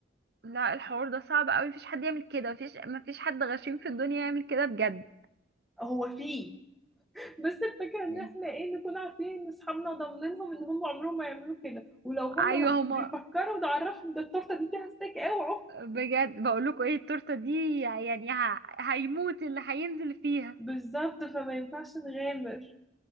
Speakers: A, on the right (about 60°); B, in the centre.
A: لا الحوار ده صعب قوي مفيش حد يعمل كده مفيش مفيش حد غشيم في الدنيا يعمل كده بجد
B: هو فيه بس الفكرة ان
A: مم.
B: احنا ايه نكون عارفين ان اصحابنا ضامنينهم ان هم عمرهم ما يعملوا كده ولو هم
A: ايوه هما
B: بيفكروا نعرفهم ده التورتة دي فيها ستيك اوعوا
A: بجد بقول لكم ايه التورته دي يعني ه... هيموت اللي هينزل فيها
B: بالظبط فما ينفعش نغامر